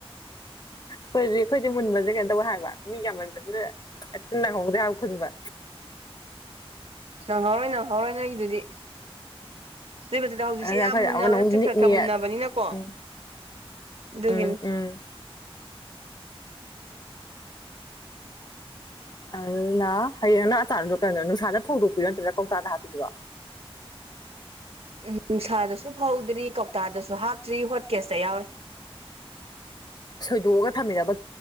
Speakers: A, on the left; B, on the right.
A: ꯐꯈꯣꯏꯗꯤꯦ ꯑꯩꯈꯣꯏꯗꯤ ꯃꯨꯟꯕꯁꯦ ꯀꯩꯅꯗꯧ ꯍꯥꯏꯕ ꯃꯤ ꯌꯥꯝꯃꯟꯖꯈ꯭ꯔꯦ ꯑꯠ ꯅ ꯍꯣꯗꯦ ꯍꯥꯏꯥꯎꯈꯗꯕ
B: ꯅꯪꯍꯧꯔꯣꯏ ꯅꯪꯍꯧꯔꯣꯏ ꯅꯪꯒꯤꯗꯨꯗꯤ ꯅꯕꯗꯨꯗ ꯍꯧꯖꯤꯛꯁꯦ
A: ꯑꯗꯨꯅ
B: ꯌꯥꯝ
A: ꯑꯩꯈꯣꯏ
B: ꯃꯨꯟꯅꯕ
A: ꯑꯃꯅ
B: ꯅꯠꯇ꯭ꯔꯦ
A: ꯑꯃꯨꯛ
B: ꯈꯔ
A: ꯅꯤꯛꯅꯤ
B: ꯈꯔ ꯃꯨꯟꯅꯕꯅꯤꯅꯀꯣ
A: ꯎꯝ
B: ꯑꯗꯨꯒꯤꯅꯤ
A: ꯎꯝ ꯎꯝ ꯑꯩꯅ ꯍꯌꯦꯡꯅ ꯑꯆꯥꯔꯗꯨꯗꯣ ꯀꯩꯅꯣꯗꯣ ꯅꯨꯡꯁꯥꯗ ꯐꯣꯡꯗꯣꯛꯄꯤꯔꯣ ꯅꯠꯇ꯭ꯔꯥ ꯀꯧꯇꯥꯗ ꯍꯥꯞꯄꯤꯔꯣ
B: ꯎꯝ ꯅꯨꯡꯁꯥꯗꯁꯨ ꯐꯧꯗ꯭ꯔꯤ ꯀꯧꯇꯥꯗꯁꯨ ꯍꯥꯞꯇ꯭ꯔꯤ ꯍꯣꯠ ꯀꯦꯁꯇ ꯌꯥꯎꯔꯤ
A: ꯁꯣꯏꯗꯣꯛꯑꯒ ꯊꯝꯃꯤꯅꯕ